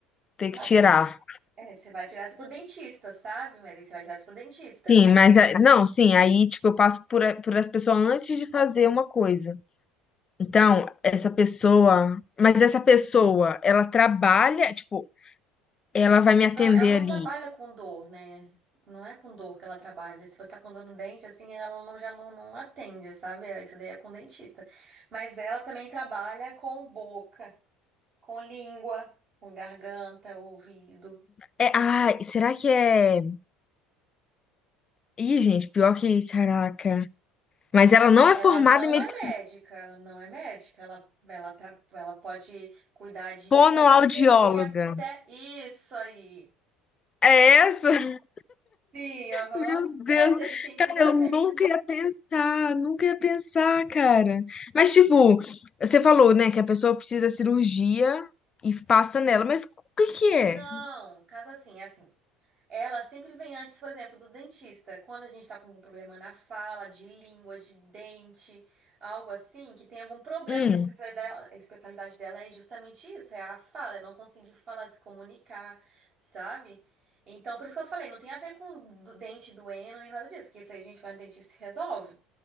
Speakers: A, on the left (about 30°); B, on the right (about 45°).
A: ter
B: Não,
A: que tirar.
B: precisa ser. É, você vai direto pro dentista, sabe? Mas aí você vai direto pro dentista.
A: Sim, mas a- não, sim, aí tipo eu passo por, a- por essa pessoa antes de fazer uma coisa. Então, essa pessoa, mas essa pessoa, ela trabalha, tipo, Ela vai me atender
B: Não, ela não trabalha
A: ali.
B: com dor, né? Não é com dor que ela trabalha. Se você tá com dor no dente, assim, ela não, já não, não atende, sabe? É, Isso daí é com dentista. Mas ela também trabalha com boca, com língua, com garganta, ouvido.
A: É, ah, será que é. Ih, gente, pior que. Caraca. Mas ela não
B: Ela
A: é formada
B: não
A: em medicina.
B: é médica, ela não é médica, ela, ela, tra- ela pode cuidar de,
A: Fonoaudióloga.
B: de até de bebê, até isso aí.
A: É essa? <laughs>
B: Sim, aham.
A: Meu Deus.
B: É, teve, tem tudo
A: Cara,
B: a
A: eu
B: ver.
A: nunca ia pensar. Nunca ia pensar, cara. Mas, tipo, você falou, né, que a pessoa precisa da cirurgia e passa nela. Mas o que que
B: Não,
A: é?
B: caso assim, é assim. Ela sempre vem antes, por exemplo, do dentista. Quando a gente está com algum problema na fala, de língua, de dente, algo assim, que tem algum problema,
A: Hum,
B: que a especialidade, a especialidade dela é justamente isso, é a fala, é não conseguir falar, se comunicar, sabe? Então, por isso que eu falei, não tem a ver com do- dente doendo nem nada disso, porque isso aí a gente vai no dentista e resolve.